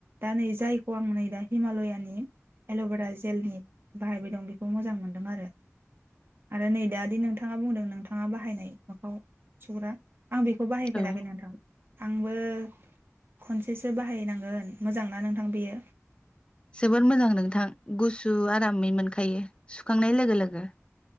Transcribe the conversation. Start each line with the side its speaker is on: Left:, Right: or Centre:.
Right: दा नै जायखौ आं नै दा हिमालयानि। एल'भेरा जेलनि बाहायबाय दं बेखौ मोजां मोनदों आरो आरो नै दा दि नोंथाङा बुंदों नोंथाङा बाहायनाय मोखाङाव सुग्रा। आं बेखौ बाहायफेराखै
Left: औ
Right: नोंथां आं बो खनसेसो बाहायनांगोन मोजां ना नोंथां बियो।
Left: जोबोर मोजां नोंथां गुसु आरामै मोन खायो सुखांनाय लोगो लोगो